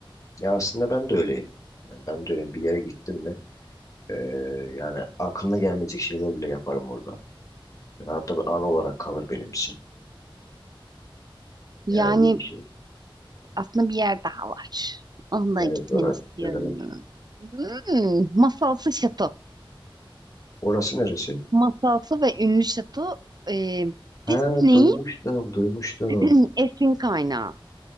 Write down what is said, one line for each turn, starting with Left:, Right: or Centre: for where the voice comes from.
Left: Ya aslında ben de öyleyim. Yani ben de öyleyim. Bir yere gittim mi e, yani aklına gelmeyecek şeyler bile yaparım orada. Yani hatta bir an olarak kalır benim için.
Right: Yani
Left: Yani iyi bir şey.
Right: aslında bir yer daha var. Onunla
Left: Neresi
Right: gitmeni
Left: orası?
Right: istiyorum.
Left: Söyle bakayım.
Right: Hmm, masalsı şato.
Left: Orası neresi?
Right: Masalsı ve ünlü şato e,
Left: Ha
Right: Disney'in
Left: duymuştum, duymuştum.
Right: <clears throat> esin kaynağı.